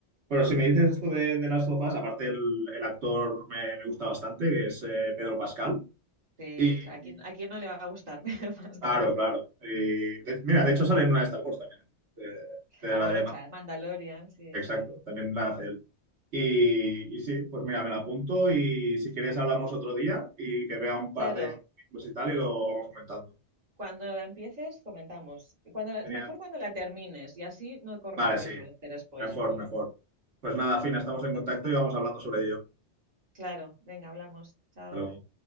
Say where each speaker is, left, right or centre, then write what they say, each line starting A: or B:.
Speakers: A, on the right; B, on the right.
A: Pero si me
B: Mm,
A: dices esto de, de las of aparte el, el actor me, me gusta bastante, que es eh, Pedro Pascal.
B: Sí,
A: Y,
B: claro, ¿a
A: y-
B: quién, a quién no le va a gustar, <laughs> Pedro Pascal?
A: claro, claro. Y de- mira, de hecho sale en una de Star Wars también, eh, de,
B: Ah,
A: la
B: bueno,
A: de
B: claro, Mandalorian, sí.
A: Exacto, también la hace él. Y,
B: Mm.
A: y sí, pues mira, me la apunto y si quieres hablamos otro día y que vea un par
B: Claro,
A: de vídeos y tal y lo vamos comentando.
B: Cuando la empieces, comentamos. Y Cuando la-
A: Genial.
B: mejor cuando la termines y así no corre
A: Vale,
B: el riesgo
A: sí.
B: de hacer spoiler.
A: Mejor, mejor. Pues nada, Fina,
B: Perfecto.
A: estamos en contacto y vamos hablando sobre ello.
B: Claro, venga, hablamos. Chao.
A: Hasta luego.